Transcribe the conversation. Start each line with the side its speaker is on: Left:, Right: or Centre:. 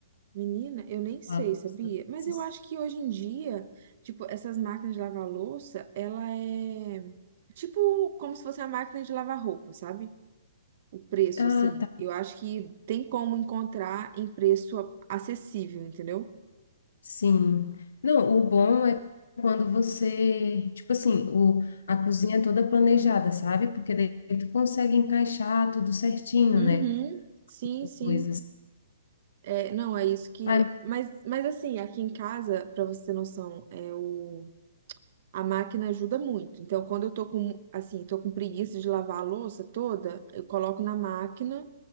Right: Menina, eu nem sei,
Left: uma louça
Right: sabia?
Left: desses.
Right: Mas eu acho que hoje em dia, tipo, essas máquinas de lavar louça, ela é tipo como se fosse a máquina de lavar roupa, sabe? O preço,
Left: Ah,
Right: assim.
Left: tá.
Right: Eu acho que tem como encontrar em preço a- acessível, entendeu?
Left: Sim. Não, o bom é quando você, tipo assim, o, a cozinha é toda planejada, sabe? Porque daí tu consegue encaixar tudo certinho,
Right: Uhum,
Left: né?
Right: sim, sim.
Left: Coisas.
Right: É, não, é isso que.
Left: Ai,
Right: Mas, mas assim, aqui em casa, pra você ter noção, é o... a máquina ajuda muito. Então, quando eu tô com, assim, tô com preguiça de lavar a louça toda, eu coloco na máquina.